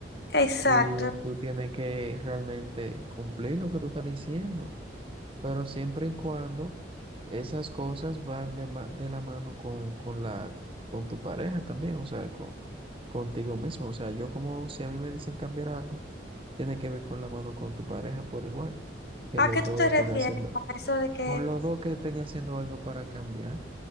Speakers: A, on the left; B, on the right.
A: Exacto.
B: y tú tienes que realmente cumplir lo que tú estás diciendo. pero siempre y cuando esas cosas van de, ma- de la mano con, con la, con tu pareja también, o sea, con, contigo mismo. O sea, yo como si a mí me dicen cambiar algo, tiene que ver con la mano con tu pareja por igual, que
A: ¿A
B: los
A: qué tú
B: dos
A: te refieres
B: estén haciendo,
A: con eso de que,
B: con los dos que estén haciendo algo para cambiar,